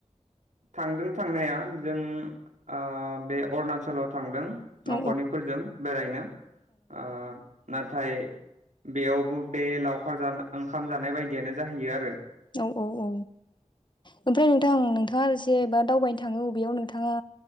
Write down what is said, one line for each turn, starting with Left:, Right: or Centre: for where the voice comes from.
Right: <inaudible> थांदों थांनाया जों आ बे अरणाचलाव थांदों नखरनिफोरजों
Left: औ
Right: बेरायनो ओ नाथाय, बेयावबो बे लावखार जा- ओंखाम जानाय बायदियानो जाहैयो आरो।
Left: औ औ औ <unintelligible> ओमफ्राय नोंथां नोंथाङा एसेबा दावबायनो थाङो अबेयाव नोंथाङा